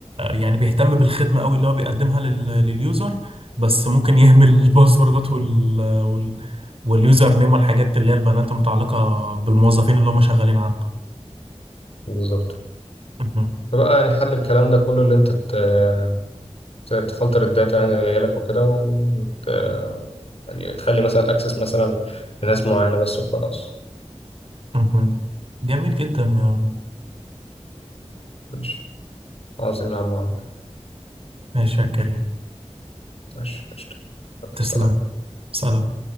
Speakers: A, on the right; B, on the left.
A: يعني بيهتم بالخدمة قوي اللي هو بيقدمها لل... لليوزر بس ممكن يهمل <laughs> الباسوردات وال... وال... واليوزر نيم والحاجات اللي هي البيانات المتعلقة بالموظفين اللي هم شغالين عنده
B: بالظبط
A: مهم.
B: فبقى يعني حل الكلام ده كله اللي انت ت- ت- تفلتر الداتا يعني اللي جايلك وكده وت... يعني تخلي مثلا الاكسس مثلا لناس معينة بس وخلاص
A: مهم. جميل جدا يعني
B: ماشي عظيم يا عم عمر.
A: ماشي يا كريم
B: ماشي قشطة يلا،
A: تسلم
B: سلام
A: سلام